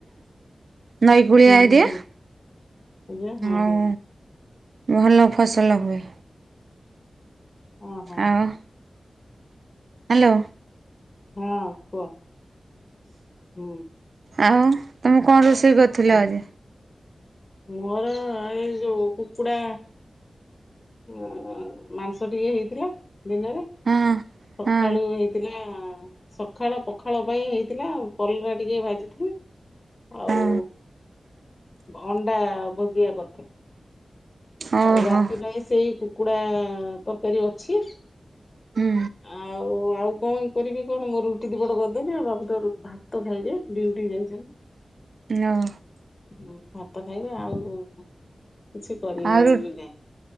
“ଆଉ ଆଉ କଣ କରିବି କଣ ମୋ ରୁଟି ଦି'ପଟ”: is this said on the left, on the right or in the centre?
Left